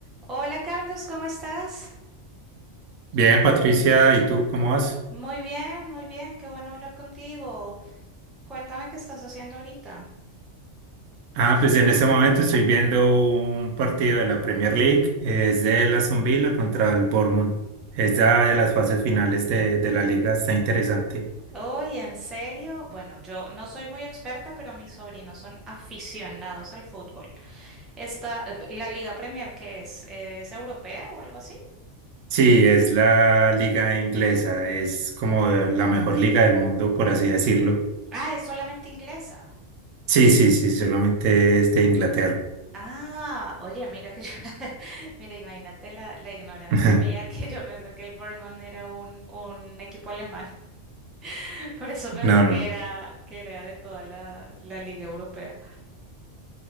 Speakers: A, in the centre; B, on the right.
A: Hola Carlos, ¿cómo estás?
B: Bien, Patricia, ¿y tú cómo vas?
A: Muy bien, muy bien, qué bueno hablar contigo. Cuéntame qué estás haciendo ahorita.
B: Ah, pues en este momento estoy viendo un partido de la Premier League. Es de la Aston Villa contra el Bournemouth. Es la de las fases finales de, de la liga, está interesante.
A: Oye, ¿en serio? Bueno, yo no soy muy experta, pero mis sobrinos son aficionados al fútbol. Esta, eh, la Liga Premier, ¿qué es? Eh, ¿Es europea o algo así?
B: Sí, es la liga inglesa, es como la mejor liga del mundo, por así decirlo.
A: Ah, es solamente inglesa.
B: Sí, sí, sí, solamente es de Inglaterra.
A: Ah, oye, mira que yo, <laughs> mira, imagínate la, la ignorancia
B: <laughs>
A: mía que yo pensé que el Bournemouth era un, un equipo alemán. <laughs> Por eso pensé
B: No, no.
A: que era, que era de toda la, la Liga Europea.